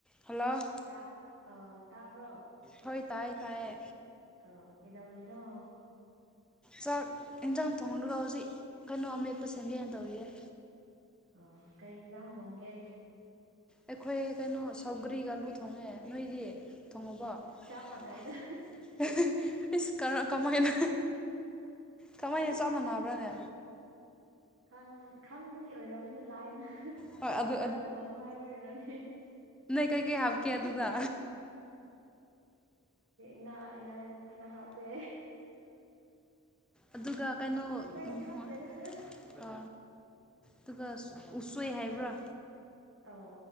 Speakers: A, in the centre; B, on the right.
A: hello
B: ꯇꯥ ꯑ ꯇꯥꯕ꯭ꯔꯣ
A: ꯍꯣꯏ ꯇꯥꯏꯌꯦ ꯇꯥꯏꯌꯦ
B: ꯑ ꯀꯩꯗꯧꯔꯤꯅꯣ
A: ꯆꯥꯛ ꯌꯦꯟꯁꯥꯡ ꯊꯣꯡꯒ ꯍꯧꯖꯤꯛ ꯀꯩꯅꯣ ꯑꯃꯦꯠꯄ ꯁꯦꯝꯖꯦꯅ ꯇꯧꯔꯤꯌꯦꯏ
B: ꯑꯣ ꯀꯩ ꯌꯦꯟꯖꯥꯡ ꯊꯣꯡꯒꯦ
A: ꯑꯩꯈꯣꯏ ꯀꯩꯅꯣ ꯁꯧꯒ꯭ꯔꯤ ꯑꯂꯨ ꯊꯣꯡꯉꯦ ꯅꯣꯏꯗꯤ ꯊꯣꯡꯉꯕꯣ ꯑꯩꯁ
B: ꯆꯞ ꯃꯥꯟꯅꯩꯗ
A: ꯀ ꯀꯃꯥꯏꯅ ꯀꯃꯥꯏꯅ ꯆꯞ ꯃꯥꯟꯅꯕ꯭ꯔꯥꯅꯦ
B: ꯈꯪ ꯈꯪꯕꯒꯤ ꯑꯣꯏꯔꯝꯅꯤ ꯂꯥꯏꯅ
A: ꯍꯣꯏ
B: ꯆꯞ
A: ꯑꯗꯨ
B: ꯃꯅꯟ ꯊꯣꯡ ꯍꯥꯏꯕ ꯑꯣꯏꯔꯅꯤ
A: ꯀꯩ ꯀꯩ ꯍꯥꯞꯀꯦ ꯑꯗꯨꯗ
B: ꯉ ꯌꯥꯏ ꯈ꯭ꯔꯍꯥ ꯄꯦ
A: ꯑꯗꯨꯒ ꯀꯩꯅꯣ
B: ꯑꯇꯩꯗꯤ
A: ꯎ
B: ꯍꯥꯞꯇ꯭ꯔꯦꯗ
A: ꯍꯣꯏ ꯑ ꯑꯗꯨꯒ ꯎꯁꯣꯏ ꯍꯥꯏꯕ꯭ꯔꯥ
B: ꯑꯣ